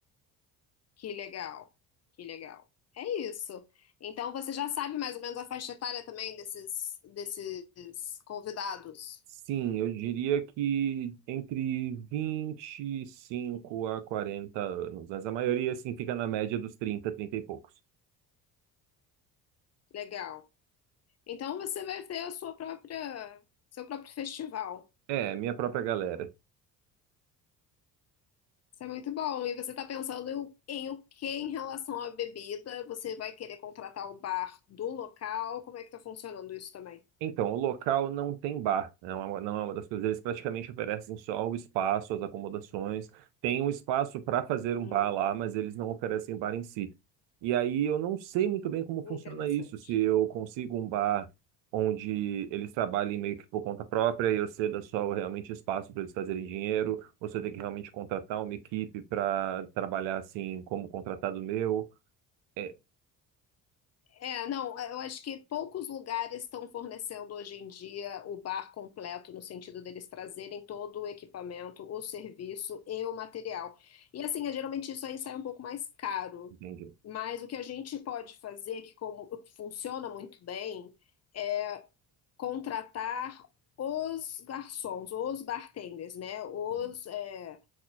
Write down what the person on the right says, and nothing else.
Sim, eu diria que entre 25 a 40 anos, mas a maioria assim fica na média dos 30, 30 e poucos.
É, minha própria galera.
Então, o local não tem bar, não é uma, não é uma das coisas. Eles praticamente oferecem só o espaço, as acomodações. Tem um espaço para fazer
um bar lá, mas eles não oferecem bar em si. E aí eu não sei muito bem como funciona
isso. Se eu consigo um bar onde eles trabalhem meio que por conta própria e eu ceda só realmente espaço para eles fazerem
dinheiro, ou se eu tenho que realmente contratar uma equipe para trabalhar assim como contratado meu. É,
entendi.
Uhum.